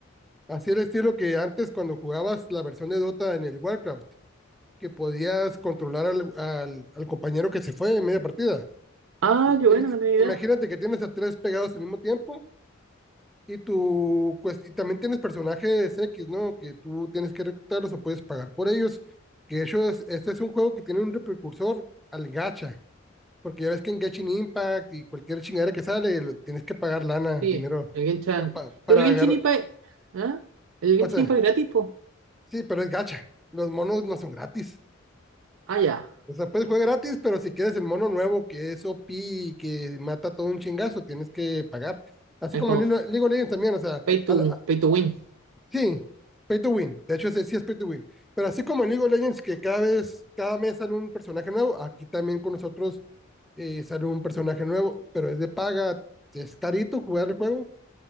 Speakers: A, in the centre; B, on the right.
A: Así el estilo que antes cuando jugabas la versión de Dota en el Warcraft, que podías controlar al, al, al compañero que se fue en media partida.
B: Ah, qué
A: Ima-
B: bueno, no tenía idea.
A: imagínate que tienes a tres pegados al mismo tiempo y, tu, cuest- y también tienes personajes X, ¿no? Que tú tienes que reclutarlos o puedes pagar por ellos. Que ellos, este es un juego que tiene un precursor al gacha. Porque ya ves que en Genshin Impact y cualquier chingadera que sale, lo- tienes que pagar lana,
B: Sí,
A: dinero,
B: el Genshin.
A: pa- pa-
B: Pero
A: para
B: el Genshin
A: agarrar.
B: Impact. ¿Ah? El Genshin
A: O sea,
B: Impact es gratis, po.
A: sí, pero es gacha. Los monos no son gratis.
B: Ah, ya.
A: O sea, puedes jugar gratis, pero si quieres el mono nuevo que es OP y que mata todo un chingazo, tienes que pagar. Así
B: Es
A: como
B: como
A: Lilo-
B: f-
A: League of Legends también, o sea,
B: pay to,
A: a la- a-
B: pay to win.
A: sí, pay to win. De hecho, ese sí es pay to win. Pero así como en League of Legends, que cada vez, cada mes sale un personaje nuevo, aquí también con nosotros eh, sale un personaje nuevo, pero es de paga. Es carito jugar el juego